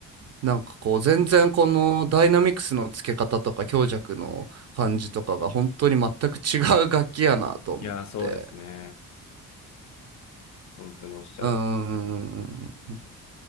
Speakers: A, on the right; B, on the left.
A: なんかこう全然このダイナミクスの付け方とか強弱の感じとかが本当に全く違う楽器やなと思って。
B: いやー、そうですね。本当におっしゃる。
A: うんうんうんうん